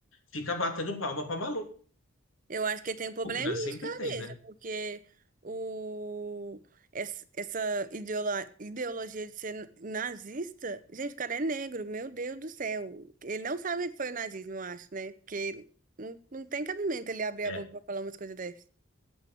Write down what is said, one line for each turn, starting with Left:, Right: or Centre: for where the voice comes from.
Left: fica batendo palma pra maluco,
Right: Eu acho que ele tem um probleminha
Left: né? Sempre
Right: de cabeça,
Left: tem, né?
Right: porque o, essa, essa ideola- ideologia de ser nazista, gente, o cara é negro, meu Deus do céu. Ele não sabe o que foi o nazismo, eu acho, né? Porque não, não tem cabimento ele abrir
Left: É,
Right: a boca pra falar umas coisas dessas.